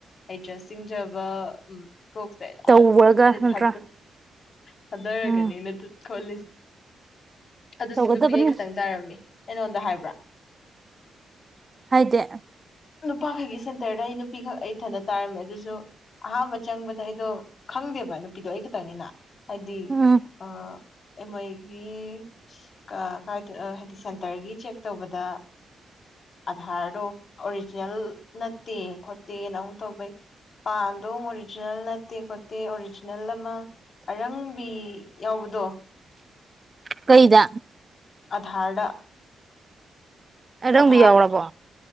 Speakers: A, on the left; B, on the right.
A: ꯍꯩꯖ ꯁꯤꯡꯖꯕ ꯎ ꯀꯣꯛ
B: ꯇꯧꯔꯒ
A: ꯂꯣꯏꯕꯗꯗꯤ
B: ꯅꯠꯇ꯭ꯔꯥ
A: ꯊꯥ ꯊꯥꯗꯔꯒꯅꯦꯅ
B: ꯎꯝ
A: ꯈꯣꯂꯤꯁꯦ ꯑꯗꯨꯁꯨ
B: ꯇꯧꯒꯗꯕꯅꯤ
A: ꯅꯨꯄꯤ ꯑꯩ ꯈꯇꯪ ꯇꯥꯔꯝꯃꯤ ꯑꯩꯉꯣꯟꯗ ꯍꯥꯏꯕ꯭ꯔꯥ
B: ꯍꯥꯏꯗꯦ
A: ꯅꯨꯄꯥꯈꯛꯒꯤ ꯁꯦꯟꯇꯔꯗ ꯑꯩ ꯅꯨꯄꯤꯈꯛ ꯑꯩ ꯊꯟꯗ ꯇꯥꯔꯝꯃꯦ ꯑꯗꯨꯁꯨ ꯑꯍꯥꯟꯕ ꯆꯪꯕꯗ ꯑꯩꯗꯣ ꯈꯪꯗꯦꯕ ꯅꯨꯄꯤꯗꯣ ꯑꯩ ꯈꯛꯇꯪꯅꯤꯅ ꯍꯥꯏꯗꯤ
B: ꯎꯝ
A: ꯑ <unintelligible> ꯀꯥꯏ ꯍꯥꯏꯗꯤ ꯁꯦꯟꯇꯔꯒꯤ ꯆꯦꯛ ꯇꯧꯕꯗ ꯑꯙꯥꯔꯗꯣ ꯑꯣꯔꯤꯖꯤꯅꯦꯜ ꯅꯠꯇꯦ ꯈꯣꯠꯇꯦꯅ ꯑꯃꯨꯛ ꯇꯧꯕꯩ ꯄꯥꯟꯗꯣ ꯃꯨꯛ ꯑꯣꯔꯤꯖꯤꯅꯦꯜ ꯅꯠ ꯇꯦ ꯈꯣꯠꯇꯦ ꯑꯣꯔꯤꯖꯤꯅꯦꯜ ꯑꯃ ꯑꯔꯪꯕꯤ ꯌꯥꯎꯕꯗꯣ
B: ꯀꯩꯗ
A: ꯑꯙꯥꯔꯗ
B: ꯑꯔꯪꯕꯤ
A: ꯑꯙꯥꯔ
B: ꯌꯩꯔꯥꯕꯣ